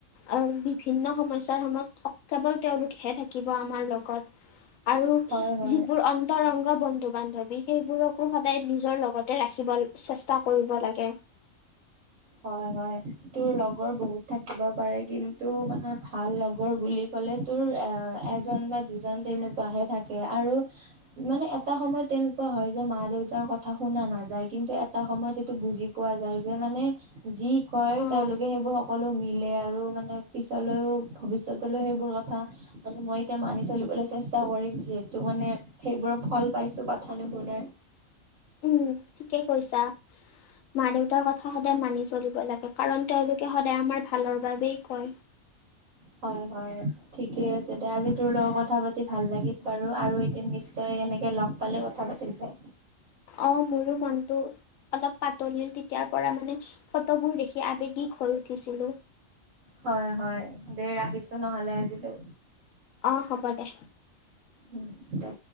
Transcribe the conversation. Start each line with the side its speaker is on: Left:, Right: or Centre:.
Left: আ', বিভিন্ন সমস্যাৰ সময়ত কেবল তেওঁলোকহে থাকিব আমাৰ লগত। আৰু
Right: হয় হয়
Left: যিবোৰ অন্তৰংগ বন্ধু-বান্ধৱী সেইবোৰকো সদায় নিজৰ লগতে ৰাখিব চেষ্টা কৰিব লাগে।
Right: হয় হয়। তোৰ লগৰ বহুত থাকিব পাৰে, কিন্তু মানে ভাল লগৰ বুলি ক হ'লে তোৰ আ', এজন বা দুজন তেনেকুৱাহে থাকে আৰু মানে এটা সময়ত তেনেকুৱা হয় যে মা দেউতাৰ কথা শুনা নাযায় কিন্তু এটা সময়ত সেইটো বুজি পোৱা যায় যে মানে যি কয়
Left: অ',
Right: তেওঁলোকে সেইবোৰ সকলো মিলি আৰু মানে পিছলৈও ভৱিষ্যতলৈ সেইবোৰ কথা মানে মই এতিয়া মানি চলিবলৈ চেষ্টা মৰিম যিহেতু মানে, সেইবোৰ ফল পাইছোঁ কথা নুশুনে।
Left: উ', ঠিকে কৈছা। মা দেউতাৰ কথা সদায় মানি চলিব লাগে। কাৰণ তেওঁলোকে সদায় আমাৰ ভালৰ বাবেই কয়।
Right: হয় হয়, ঠিকে আছে। তো আজি তোৰ লগত কথা পাতি ভাল লাগিল। বাৰু, আৰু এদিন নিশ্চয় এনেকে লগ পালে কথা পাতিম দে।
Left: অ মোৰো মনটো অলপ পাতলিল তেতিাৰ পৰা মানে ফটোবোৰ দেখি আবেগিক হৈ উঠিছিলোঁ
Right: হয় হয়। দে ৰাখিছো নহ'লে আজিলৈ।
Left: অ', হ'ব দে।
Right: উম দে।